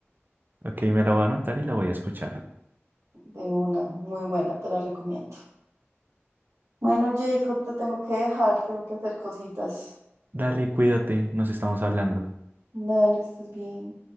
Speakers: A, on the right; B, on the right.
A: Ok, me la voy a anotar y la voy a escuchar.
B: De una, muy buena, te la recomiendo. Bueno, Jacob, te tengo que dejar, tengo que hacer cositas.
A: Dale, cuídate, nos estamos hablando.
B: Dale, que estés bien.